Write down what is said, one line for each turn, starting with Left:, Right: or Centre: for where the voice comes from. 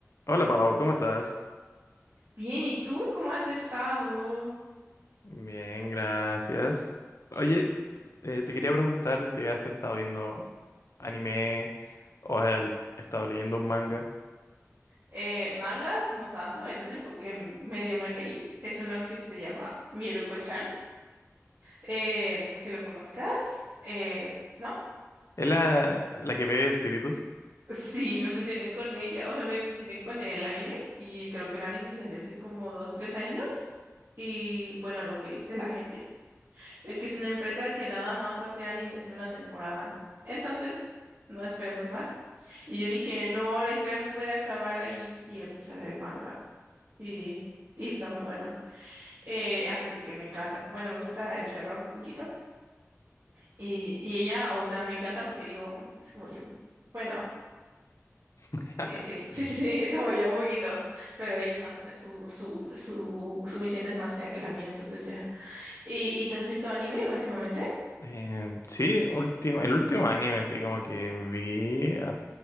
Left: Hola Pau, ¿cómo estás?
Right: Bien, ¿y tú cómo has estado?
Left: Bien, gracias. Oye, eh, te quería preguntar si has estado viendo anime o has estado leyendo un manga.
Right: Eh, mangas, no tanto, el único que m- medio me leí es uno que se llama Mieruko-chan. Eh, no sé si lo conozcas. Eh, ¿no?
Left: ¿Es la, la que ve espíritus?
Right: Sí, me obsesioné con ella, o sea, me obsesioné con el anime y creo que el anime salió hace como dos, tres años y bueno, lo que dice la gente. Es que es una empresa que nada más hace animes de una temporada. Entonces, no esperemos más. Y yo dije, no, la historia no puede acabar ahí. Y me puse a leer el manga. Y, y está muy bueno. Eh, ay, porque me encanta. Bueno, me gusta el terror un poquito. Y, y ella, o sea, me encanta porque digo, es como yo. Bueno,
Left: <laughs>
Right: eh, sí, <laughs> sí, sí, sí, es como yo un poquito. Pero ella es más, su, su, su, su visión es más fea que la mía, entonces ya. ¿Y, y te has visto anime últimamente?
Left: Em, sí, última, el último anime así como que vi ah,